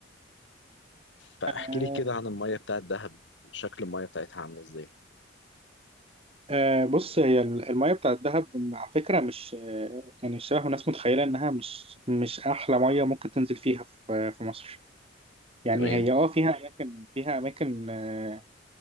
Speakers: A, on the left (about 70°); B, on the right (about 30°).
A: فاحكي
B: آه،
A: لي كده عن المية بتاعت دهب شكل المية بتاعتها عاملة ازاي
B: آه، بص هي ال- المية بتاع الدهب على فكرة مش آه، يعني شبه ما الناس متخيلة إنها مش مش أحلى مية ممكن تنزل فيها في في مصر يعني
A: تمام
B: هي اه فيها أماكن فيها أماكن آه،